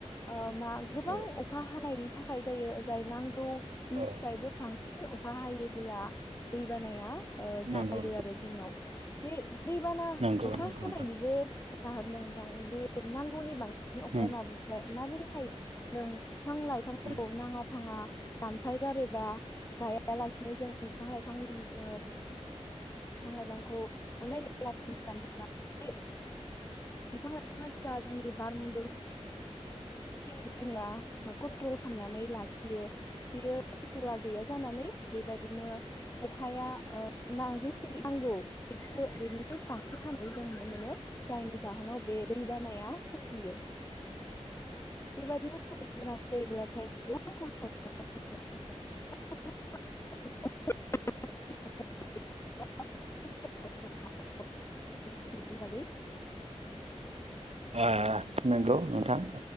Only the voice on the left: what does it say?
अ ना गोबां
अखा हानायनि थाखाय जायो जाय नां गौ निफ्रायबो
थां बांसिन अखा हायोब्ला दै बानाया ओ जायो
आरो जोंनाव बे दैबाना
अखा
हानाय। जा होनदों नोंथां जे नांगौनि बां अखाया
माबोफाय माबोरै हायो नों बिफां लाइफांफोरखौ
नाङा फाङा दानफाय गारोबा गायालासिनो जों बिफां लाइफांनि ओ बिफां लाइफांखौ अननाय गैयालासिनो दानफायब्ला ओइ बिफां लाइफांआ जा जोंनि बारमन्दल जेनेबा कन्ट्रल खालामनानै लाखियो बेयो खन्ट्रला गैया जानानै बेबायदिनो अखाया ओ नो जेसे नांगौ बेखौ बेनिसो बांसिन हानाय जों नुनो मोनो जायनि जाहोनाव बे दै बानाया सोमजियो। बेबायदि थ <inaudible> <unintelligible> <unintelligible> <unintelligible>